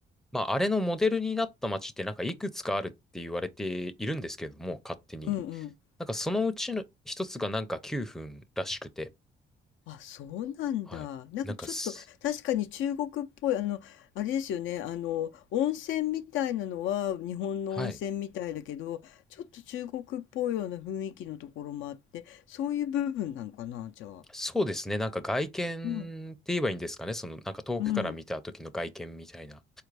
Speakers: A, in the centre; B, on the left (about 75°).
A: まあ、あれのモデルになった街ってなんかいくつかあるって言われているんですけれども、勝手に。
B: うんうん。
A: なんかそのうちの一つがなんか9分らしくて、
B: あ、そうなんだ。
A: はい。
B: なんかちょっと確かに中国っぽい、
A: なんかす、
B: あの、あれですよね、あの、温泉みたいなのは日本の温泉みたいだけど、
A: はい。
B: ちょっと中国っぽいような雰囲気のところもあって、そういう部分なのかな、じゃあ。
A: そうですね。なんか外見って言えばいいんですかね。
B: うん、
A: そのなんか遠くから見た時の外見みたいな。
B: うん、